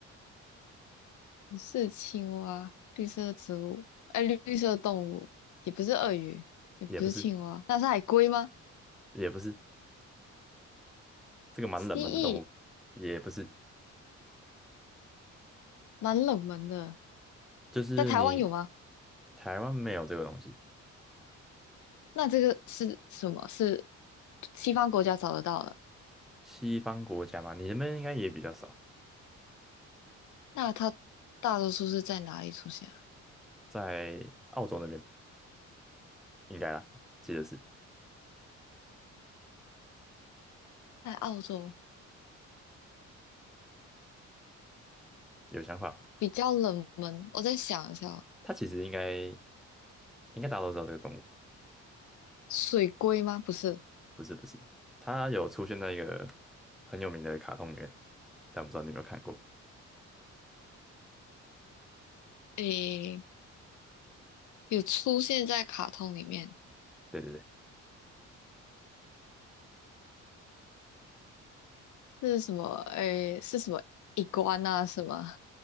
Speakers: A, on the left; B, in the centre.
A: <laughs> 不是青蛙，绿色的植物，哎，绿绿色的动物，也不是鳄鱼，也不是青蛙，
B: 也不是，
A: 那是海龟吗？
B: 也不是，这个蛮冷门的动物，
A: 蜥蜴，
B: 也不是，
A: 蛮冷门的，
B: 就是你
A: 在台湾有吗？
B: 台湾没有这个东西，
A: 那这个是什么？是西方国家找得到的？
B: 西方国家嘛，你那边应该也比较少，
A: 那它大多数是在哪里出现啊？
B: 在澳洲那边应该啦，记得是
A: 在澳洲，
B: 有想法吧
A: 比较冷门。我再想一下哦，
B: 它其实应该应该大家都知道这个动物，
A: 水龟吗？不是，
B: 不是不是，它有出现在一个很有名的卡通里面，但不知道你有没有看过？
A: 诶，有出现在卡通里面，
B: 对对对，
A: 是什么？诶，是什么？a n 啊？是吗？